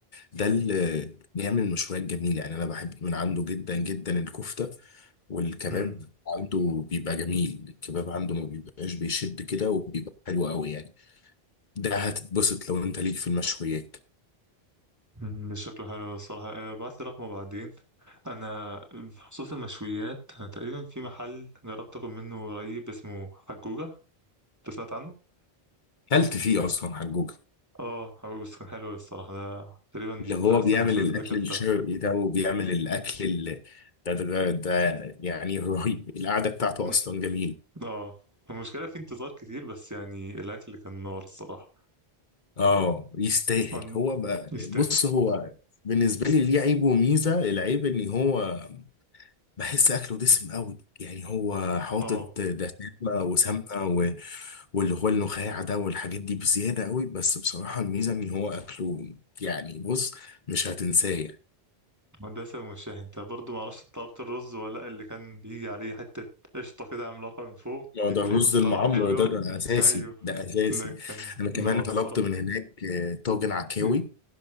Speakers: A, on the left; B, on the right.
A: ده اللي بيعمل مشويات جميله يعني انا بحب من عنده جدا جدا الكفته والكباب
B: مم،
A: عنده بيبقى جميل الكباب عنده ما بيبقاش بيشد كده وبيبقى حلو قوي يعني ده هتتبسط لو انت ليك في المشويات
B: مم. مش شكله حلو الصراحة آه، بعت لي رقمه بعدين أنا بخصوص المشويات أنا تقريبا في محل جربت أكل منه قريب اسمه حجوجة أنت سمعت عنه؟
A: كلت فيه اصلا حجوجة
B: اه هو بس كان حلو الصراحة ده تقريبا
A: اللي هو
B: من أحسن
A: بيعمل
B: المشويات
A: الاكل
B: اللي أكلتها
A: الشرقي ده وبيعمل الاكل ال- ده ده ده ده يعني رهيب القعده بتاعته
B: مم.
A: اصلا جميله
B: اه المشكلة في انتظار كتير بس يعني الأكل كان نار الصراحة
A: اه يستاهل
B: طبعاً
A: هو بقى
B: يستاهل
A: بص هو بالنسبه لي ليه عيب وميزه العيب ان هو بحس اكله دسم قوي يعني هو حاطط
B: اه
A: دسامه وسمنه و- واللي هو النخاع ده والحاجات دي بزياده قوي بس بصراحه الميزه ان هو اكله يعني بص مش هتنساه يعني
B: مدرسة المشاهي انت برضو معرفش انت طلبت الرز ولا لأ، اللي كان بيجي عليه حتة قشطة كده عملاقة من فوق دي
A: آه، ده
B: كانت
A: رز المعمر
B: طعمها حلو
A: ده
B: أوي
A: ده اساسي
B: أيوه
A: ده اساسي
B: ده كان
A: انا كمان
B: نار
A: طلبت
B: الصراحة
A: من هناك آه، طاجن عكاوي
B: ايه